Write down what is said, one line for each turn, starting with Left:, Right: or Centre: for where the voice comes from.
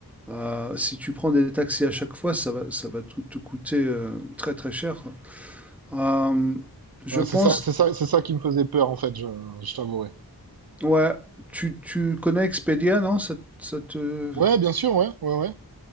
Centre: euh, si tu prends des taxis à chaque fois, ça va, ça va te, te coûter euh, très très cher. Euh, je
Right: ouais,
Centre: pense,
Right: c'est ça, c'est ça, c'est ça qui me faisait peur, en fait, je, je t'avouerai.
Centre: ouais, tu, tu connais Expedia, non? Ça, ça te...
Right: Ouais, bien sûr, ouais, ouais, ouais.